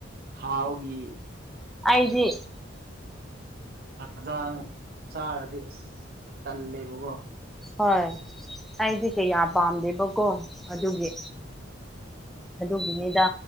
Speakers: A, on the right; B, in the centre.
A: ꯊꯥꯎꯒꯤ
B: ꯑꯩꯗꯤ
A: ꯍꯖꯥꯡ ꯆꯥꯔꯗꯤ ꯑꯁ ꯇꯜꯂꯦꯕꯀꯣ
B: ꯍꯣꯏ ꯑꯩꯗꯤ ꯀꯌꯥ ꯄꯥꯝꯗꯦꯕꯀꯣ ꯑꯗꯨꯒꯤ ꯑꯗꯨꯒꯤꯅꯤꯗ